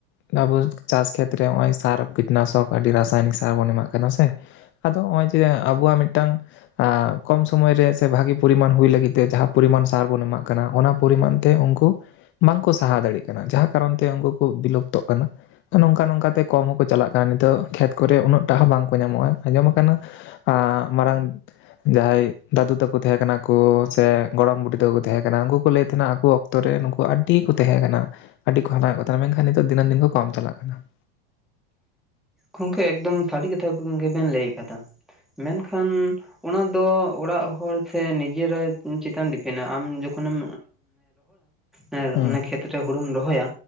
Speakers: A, on the left; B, in the centre.
A: ᱟᱵᱚ ᱪᱟᱥ ᱠᱷᱮᱛᱨᱮ ᱱᱚᱜᱼᱚᱭ ᱥᱟᱨ ᱠᱤᱴᱱᱟᱥᱚᱠ ᱟᱹᱰᱤ ᱨᱟᱥᱟᱭᱱᱤᱠ ᱥᱟᱨ ᱵᱚᱱ ᱮᱢᱟᱜ ᱠᱟᱱᱟ ᱥᱮ ᱟᱫᱚ ᱱᱚᱼᱚᱭ ᱡᱮ ᱟᱵᱚᱣᱟᱜ ᱢᱤᱫᱴᱟᱝ ᱠᱚᱢ ᱥᱚᱢᱚᱭ ᱨᱮ ᱥᱮ ᱵᱷᱟᱜᱤ ᱯᱚᱨᱤᱢᱟᱱ ᱦᱩᱭ ᱞᱟᱹᱜᱤᱫ ᱛᱮ, ᱡᱟᱦᱟᱸ ᱯᱚᱨᱤᱢᱟᱱ ᱥᱟᱨ ᱵᱚᱱ ᱮᱢᱟᱜ ᱠᱟᱱᱟ ᱚᱱᱟ ᱯᱚᱨᱤᱢᱟᱱ ᱛᱮ ᱩᱱᱠᱩ ᱵᱟᱝᱠᱚ ᱥᱟᱦᱟ ᱫᱟᱲᱮᱭᱟᱜ ᱠᱟᱱᱟ ᱡᱟᱦᱟᱸ ᱠᱟᱨᱚᱱ ᱛᱮ ᱩᱱᱠᱩ ᱠᱚ ᱵᱤᱞᱩᱯᱛᱚᱜ ᱠᱟᱱᱟ ᱾ ᱱᱚᱝᱠᱟ ᱱᱚᱝᱠᱟᱛᱮ ᱠᱚᱢ ᱦᱚᱸᱠᱚ ᱪᱟᱞᱟᱜ ᱠᱟᱱᱟ ᱾ ᱱᱤᱛᱚᱜ ᱠᱷᱮᱛ ᱠᱚᱨᱮ ᱩᱱᱟᱹᱜ ᱴᱟᱜ ᱦᱚᱸ ᱵᱟᱝᱠᱚ ᱧᱟᱢᱚᱜ-ᱟ ᱾ ᱟᱸᱡᱚᱢ ᱟᱠᱟᱱᱟ ᱟᱻ ᱢᱟᱨᱟᱝ ᱡᱟᱦᱟᱸᱭ ᱫᱟᱹᱫᱩ ᱛᱟᱠᱚ ᱠᱚ ᱛᱟᱦᱮᱸ ᱠᱟᱱᱟ ᱠᱚ ᱥᱮ ᱜᱚᱲᱚᱢ ᱵᱩᱰᱷᱤ ᱛᱟᱦᱮ ᱠᱟᱱᱟ ᱠᱚ ᱥᱮ ᱜᱚᱲᱚᱢ ᱵᱩᱫᱷᱤ ᱠᱚ ᱛᱟᱦᱮᱸ ᱠᱟᱱᱟ, ᱩᱱᱠᱩ ᱠᱚ ᱞᱟᱹᱭᱮᱫ ᱛᱟᱦᱮᱱᱟ ᱟᱠᱚ ᱚᱠᱛᱚ ᱨᱮ ᱱᱩᱠᱩ ᱟᱹᱰᱤ ᱠᱚ ᱛᱟᱦᱮᱸ ᱠᱟᱱᱟ ᱾ ᱟᱹᱰᱤ ᱠᱚ ᱦᱟᱞᱟᱝᱚᱜ ᱠᱚ ᱛᱟᱦᱮ ᱠᱟᱱᱟ ᱢᱮᱱᱠᱷᱟᱱ ᱱᱤᱛᱚᱜ ᱫᱤᱱᱟᱹᱢ ᱫᱤᱱ ᱠᱚᱢ ᱪᱟᱞᱟᱜ ᱠᱟᱱᱟ ᱾
B: ᱜᱚᱝᱠᱮ ᱮᱠᱫᱚᱢ ᱥᱟᱹᱨᱤ ᱠᱟᱛᱷᱟ ᱜᱮᱵᱮᱱ ᱞᱟᱹᱭ ᱟᱠᱟᱫᱟ ᱾ ᱢᱮᱱᱠᱷᱟᱱ ᱚᱱᱟ ᱫᱚ ᱚᱲᱟᱜ ᱦᱚᱲ ᱥᱮ ᱱᱤᱡᱮᱨᱟᱜ ᱪᱮᱛᱟᱱ ᱰᱤᱯᱮᱱᱟ ᱟᱢ ᱡᱚᱠᱷᱚᱱᱮᱢ ᱟᱱᱮ
A: ᱦᱩᱸ
B: <unintelligible> ᱠᱷᱮᱛ ᱨᱮ ᱦᱩᱲᱩᱢ ᱨᱚᱦᱚᱭᱟ